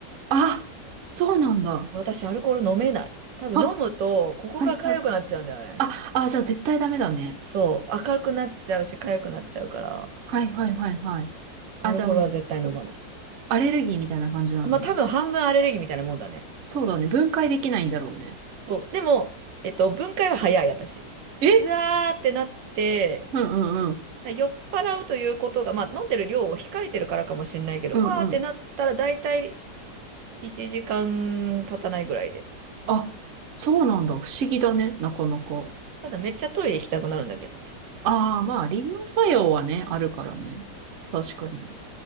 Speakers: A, on the right; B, on the right.
A: あ、そうなんだ。
B: 私、アルコール飲めない。多分飲むと、
A: あ、
B: ここが痒くなっちゃうんだよね。
A: はいはいあ、あ、じゃあ絶対ダメだね。
B: そう。明るくなっちゃうし、痒くなっちゃうから、
A: はいはいはいはい。
B: アルコールは絶対飲まない。
A: あ、じゃあもう、アレルギーみたいな感じなんだね。
B: まあ、多分半分アレルギーみたいなもんだね。
A: そうだね。分解できないんだろうね。
B: そう。でも、えっと、分解は早い、私。
A: え
B: うわーってなって、
A: うんうんうん。
B: 酔っ払うということが、まあ、飲んでる量を控えてるからかもしれないけど、
A: うんうん。
B: うわーってなったら、大体、1時間経たないぐらいで。
A: あ、そうなんだ。不思議だね。なかなか。
B: ただめっちゃトイレ行きたくなるんだけどね。
A: ああ、まあ、利尿作用はね、あるからね。確かに。